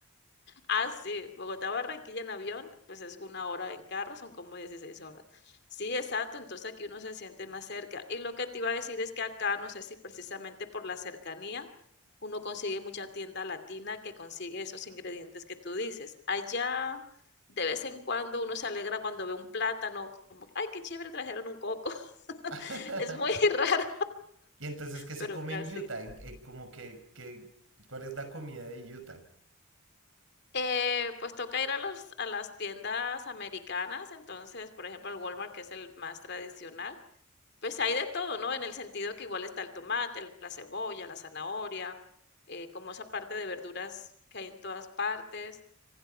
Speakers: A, on the left; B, on the right.
A: Ah, sí, Bogotá Barranquilla en avión, pues es una hora en carro, son como 16 horas. Sí, exacto, entonces aquí uno se siente más cerca. Y lo que te iba a decir es que acá, no sé si precisamente por la cercanía, uno consigue mucha tienda latina que consigue esos ingredientes que tú dices. Allá, de vez en cuando, uno se alegra cuando ve un plátano, como, ay, qué chévere, trajeron un coco. <laughs>
B: <laughs>
A: Es muy <laughs> raro,
B: Y entonces, ¿qué se
A: pero
B: come
A: casi.
B: en Utah? En- en como que, que- ¿cuál es la comida de Utah?
A: Eh, pues toca ir a los a las tiendas americanas, entonces, por ejemplo, el Walmart, que es el más tradicional, pues hay de todo, ¿no? En el sentido que igual está el tomate, la cebolla, la zanahoria, eh, como esa parte de verduras que hay en todas partes,